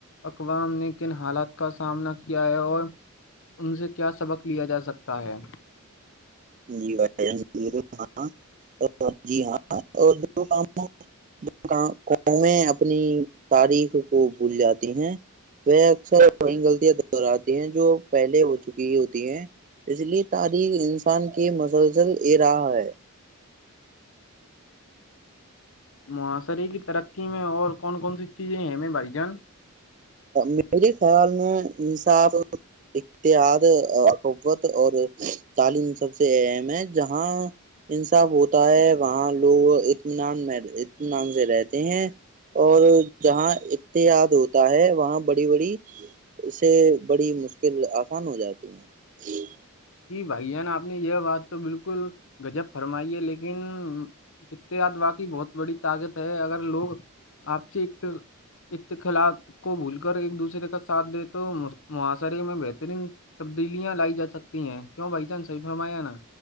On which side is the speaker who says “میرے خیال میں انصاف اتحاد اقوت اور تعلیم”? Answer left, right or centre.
Right